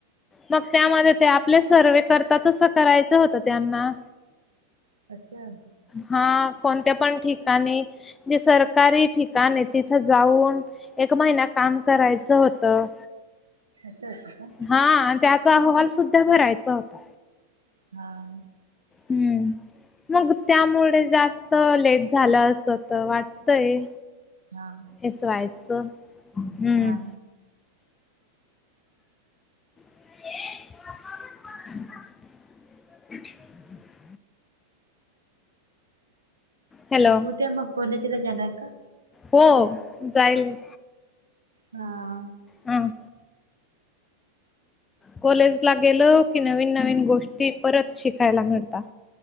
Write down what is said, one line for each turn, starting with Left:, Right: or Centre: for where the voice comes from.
Left: मग त्यामध्ये ते आपले सर्वे करतातसं करायचं होतं त्यांना.
Right: असं...
Left: हा कोणत्या पण ठिकाणी जे सरकारी ठिकाण तिथं जाऊन, एक महिना काम करायचं होतं.
Right: अस होत का,
Left: हा आणि त्याचा अहवाल सुद्धा भरायचा होता.
Right: हा..
Left: हम्म.. मग त्यामुळे जास्त लेट झालं असं तर वाटतय.
Right: हा
Left: एस वायचं हम्म..
Right: हा
Left: <unintelligible> हॅलो! !
Right: त्या मग कॉलेज ला जाणार का?
Left: हो जाईल.
Right: हा..
Left: हं.. कॉलेज ला गेल की नवीन नवीन गोष्टी परत शिकायला मिळतात.